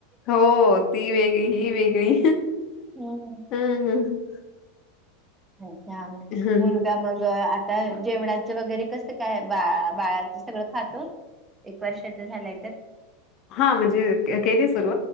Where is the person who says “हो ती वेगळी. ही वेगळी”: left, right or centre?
Left